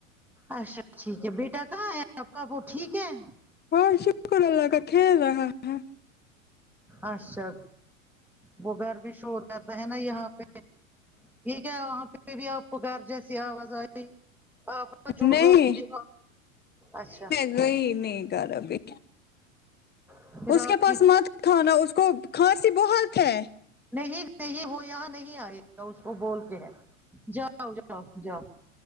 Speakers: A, in the centre; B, on the left.
A: اچھا ٹھیک ہے بیٹا کہاں ہے آپ کا وہ ٹھیک ہے
B: ہاں شکر اللہ کا کھیل رہا ہے
A: اچھا وہ گھر میں شور ہو رہتا ہے نا یہاں پہ ٹھیک ہے وہاں پہ بھی آپکو گھر جیسے سے اواز ارہی ہے اپ کتنا جوٹ
B: نہیں
A: بولتے اچھا
B: وہی نہیں کرار ابھی
A: پھر
B: اس
A: آپ
B: کے پاس
A: کی
B: مت کھاؤ نا اس کو کھانسی بہت ہے
A: نہیں نہیں وہ یہاں نہیں آئے اس کو بول کے ہے جاؤ جاؤ جاؤ